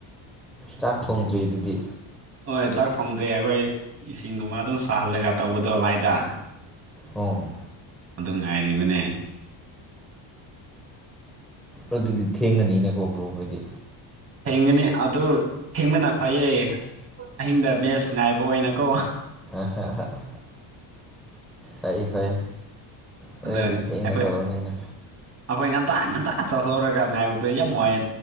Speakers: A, in the centre; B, on the right (about 30°).
A: ꯆꯥꯛ ꯊꯣꯡꯗ꯭ꯔꯤ ꯑꯗꯨꯗꯤ
B: ꯍꯣꯏ ꯆꯥꯛ ꯊꯣꯡꯗ꯭ꯔꯦ ꯑꯩꯈꯣꯏ ꯏꯁꯤꯡꯒꯨꯝꯕ ꯑꯗꯨꯝ ꯁꯥꯍꯜꯂꯒ ꯇꯧꯕꯗꯣ ꯂꯥꯏꯗ
A: ꯑꯣ
B: ꯑꯗꯨ ꯉꯥꯏꯔꯤꯕꯅꯦ
A: ꯑꯗꯨꯗꯤ ꯊꯦꯡꯉꯅꯤꯅꯀꯣ ꯕ꯭ꯔꯣ ꯍꯥꯏꯗꯤ
B: ꯊꯦꯡꯒꯅꯤ ꯑꯗꯨ ꯊꯦꯡꯕꯅ ꯐꯩꯌꯦ ꯑꯍꯤꯡꯗ ꯕꯦꯁ ꯉꯥꯏꯕ ꯑꯣꯏꯅꯀꯣ
A: ꯍ ꯍ <inaudible> ꯐꯩ ꯐꯩ ꯍꯣꯔꯦꯟꯗꯤ
B: ꯑꯗ
A: ꯊꯦꯡꯅ
B: ꯑꯩꯈꯣꯏ
A: ꯇꯧꯔꯅꯤꯅ
B: ꯑꯩꯈꯣꯏ ꯉꯟꯇ ꯉꯟꯇ ꯆꯠꯊꯣꯛꯔꯒ ꯉꯥꯏꯕꯗꯨꯗ ꯌꯥꯝ ꯋꯥꯏꯑ